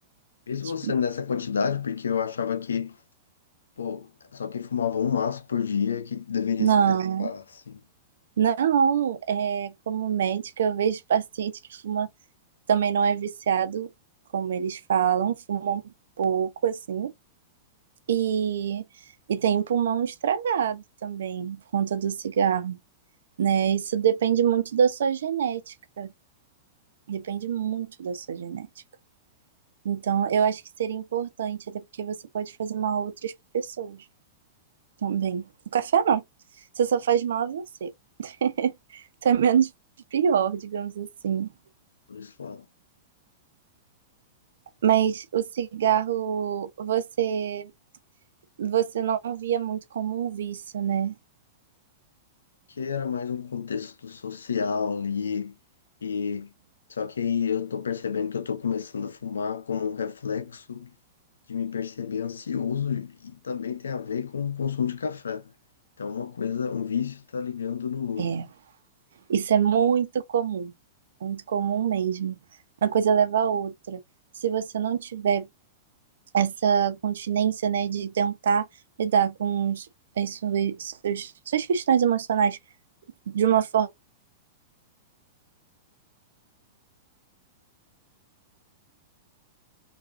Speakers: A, on the left (about 80°); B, on the right (about 75°).
A: Mesmo
B: Tipo,
A: você nessa quantidade, porque eu achava que, pô, só quem fumava um maço por dia que deveria
B: Não,
A: se preocupar, assim,
B: não, é, como médica, eu vejo paciente que fuma, também não é viciado, como eles falam, fuma um pouco assim, e, e tem um pulmão estragado também, por conta do cigarro, né? Isso depende muito da sua genética, depende muito da sua genética. Então, eu acho que seria importante, até porque você pode fazer mal a outras pessoas também. O café não. Você só faz mal a você. <laughs> Então é menos pior, digamos assim.
A: por isso
B: Mas o cigarro, você, você não via muito como um vício, né?
A: que era mais um contexto social ali, e só que aí eu tô percebendo que eu tô começando a fumar como um reflexo de me perceber ansioso e também tem a ver com o consumo de café. Então uma coisa, um vício tá ligando no outro.
B: É. Isso é muito comum. Muito comum mesmo. Uma coisa leva a outra. Se você não tiver essa continência, né, de tentar lidar com os, as suas, suas, suas questões emocionais de uma forma